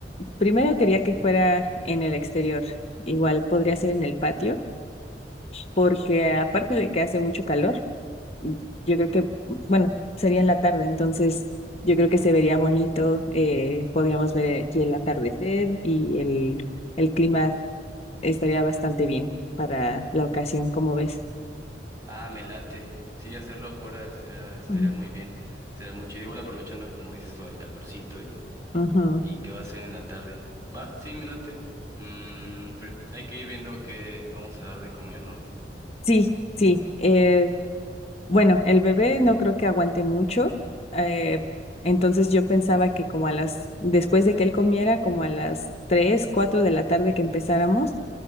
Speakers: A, on the left (about 35°); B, on the right (about 20°).
A: primero quería que fuera en el exterior. Igual podría ser en el patio, porque aparte de que hace mucho calor, yo creo que, bueno, sería en la tarde, entonces yo creo que se vería bonito. eh, podríamos ver aquí el atardecer y el, el clima. estaría bastante bien para la ocasión, como ves.
B: Ah, me late, sí, hacerlo afuera estaría, estaría
A: Ujú.
B: muy bien, estaría muy chido, igual aprovechando como dices lo del calorcito y,
A: Ujú.
B: y qué va a ser en la tarde. Va, sí, me late, Mm, pero hay que ir viendo qué vamos a dar de comer, ¿no?
A: Sí, sí. eh, bueno, el bebé no creo que aguante mucho. eh, entonces yo pensaba que como a las, después de que él comiera, como a las 3 4 de la tarde que empezáramos,